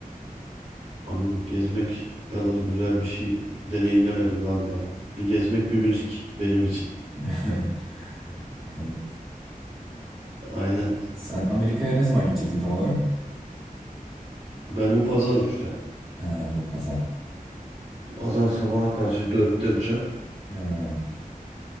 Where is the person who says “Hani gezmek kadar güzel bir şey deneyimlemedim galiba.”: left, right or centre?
Right